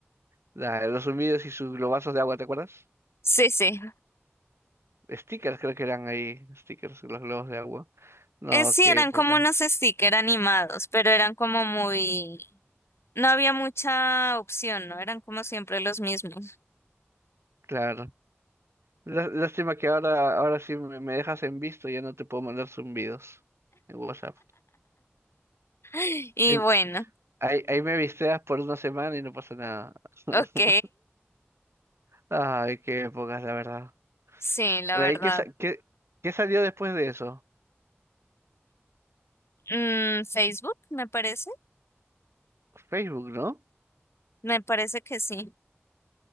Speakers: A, on the right; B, on the left.
A: la- los zumbidos y sus globazos de agua, ¿te acuerdas?
B: Sí, sí.
A: Stickers creo que eran ahí, stickers, los globos de agua. No,
B: Eh, sí,
A: qué
B: eran
A: épocas.
B: como unos stickers animados, pero eran como muy... No había mucha opción, ¿no? Eran como siempre los mismos.
A: Claro. Lá- Lástima que ahora, ahora sí me, me dejas en visto, ya no te puedo mandar zumbidos en WhatsApp.
B: <laughs> Y
A: Ahí,
B: bueno,
A: ahí, ahí me visteas por una semana y no pasa nada. <laughs>
B: ok,
A: Ay, qué épocas, la verdad.
B: sí, la
A: De
B: verdad.
A: ahí, ¿qué, sa- qué- qué salió después de eso?
B: Mm, Facebook, me parece,
A: Facebook, ¿no?
B: me parece que sí.